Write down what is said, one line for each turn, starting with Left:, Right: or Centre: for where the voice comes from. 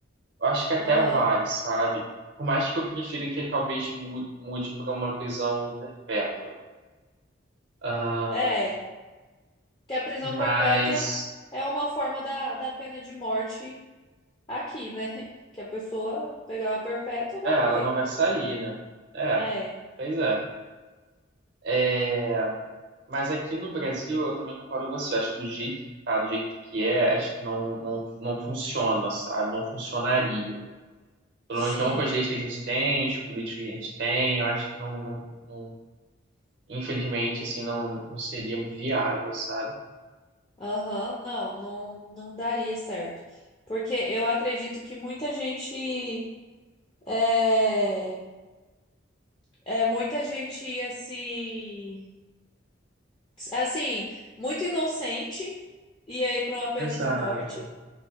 Right: eu acho que até
Left: Aham.
Right: vai, sabe? Por mais que eu prefira que talvez mu- mude para uma prisão perpétua. Ah,
Left: É. Que a prisão
Right: mas,
Left: perpétua é uma forma da, da pena de morte aqui, né? <laughs> Que a pessoa pegar uma perpétua vai
Right: é, ela
Left: morrer.
Right: não vai sair, né? É,
Left: É.
Right: pois é. É, mas aqui no Brasil, eu também concordo com você. Eu acho que do jeito que tá, do jeito que é, acho que não, não, não funciona, sabe? Não funcionaria. Pelo
Left: Sim.
Right: menos não com as leis que a gente tem, os políticos que a gente tem, eu acho que não, não, não- infelizmente, assim, não, não seria viável, sabe?
Left: Aham. Não, não, não daria certo. Porque eu acredito que muita gente. É, é, muita gente ia se assim, muito inocente, ia ir para uma pena
Right: Exato.
Left: de morte,